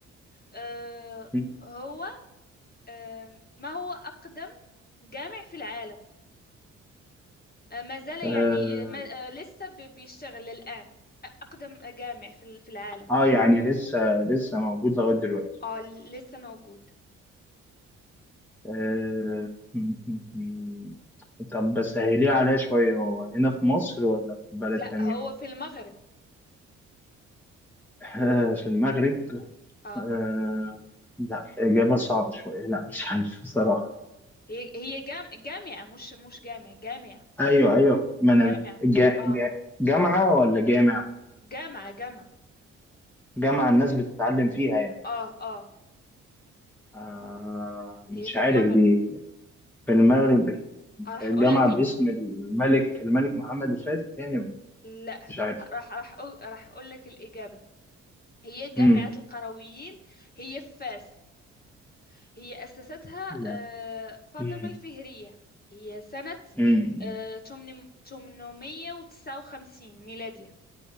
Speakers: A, on the left; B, in the centre.
A: آه،
B: مم.
A: هو آه، ما هو أقدم جامع في العالم؟ آه، ما زال
B: آه.
A: يعني آه، ما آه، لسه ب- بيشتغل الآن أقدم جامع في ال- في العالم
B: اه يعني لسه لسه موجود لغايه دلوقتي
A: آه لسه موجود
B: آه. مم. مم. طب بس سهليه عليا شويه هو هنا في مصر ولا في بلد
A: لا
B: تانية
A: هو في المغرب
B: آه. في المغرب
A: اه
B: آه. لا اجابه صعبه شويه لا مش عارف بصراحه
A: هي هي جام جامعة مش مش جامعة جامعة
B: ايوه ايوه ما انا
A: جامعة
B: جا
A: اه
B: جا جامعه ولا جامع
A: جامعة جامعة
B: جامعه الناس بتتعلم فيها يعني
A: اه اه
B: آه. مش
A: هي في
B: عارف
A: المغرب
B: دي في المغرب
A: آه راح
B: جامعة
A: اقول لك ال...
B: باسم الملك الملك محمد الفاتح يعني ولا
A: لا
B: مش عارف
A: راح راح أقول... راح اقول لك الإجابة هي جامعة
B: امم
A: القرويين هي في فاس هي أسستها
B: لا
A: آه فاطمة
B: مم.
A: الفهرية هي سنة
B: امم
A: آه 800 859 ميلادية